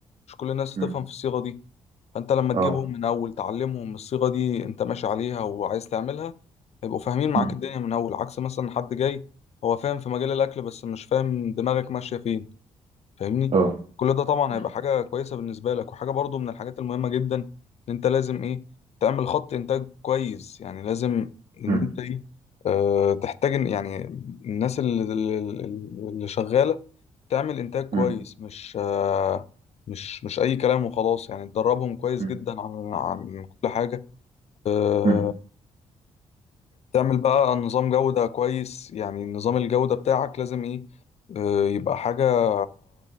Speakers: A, on the left (about 55°); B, on the right (about 55°).
A: مش كل الناس
B: مم.
A: تفهم في الصيغة دي فانت لما
B: اه
A: تجيبهم من اول تعلمهم الصيغة دي انت ماشي عليها وعايز تعملها هيبقوا فاهمين معاك
B: مم.
A: الدنيا من اول عكس مثلا حد جاي هو فاهم في مجال الاكل بس مش فاهم دماغك ماشية فين فاهمني
B: اه
A: كل ده طبعا
B: مم.
A: هيبقى حاجة كويسة بالنسبة لك وحاجة برضو من الحاجات المهمة جدا ان انت لازم ايه تعمل خط انتاج كويس يعني لازم ان
B: مم.
A: انت ايه اه تحتاج إن- يعني الناس اللي, اللي اللي شغالة تعمل انتاج كويس
B: مم.
A: مش اه مش مش اي كلام وخلاص يعني تدربهم كويس
B: مم.
A: جدا عن عن كل حاجة اه
B: مم.
A: تعمل بقى نظام جودة كويس يعني نظام الجودة بتاعك لازم ايه اه يبقى حاجة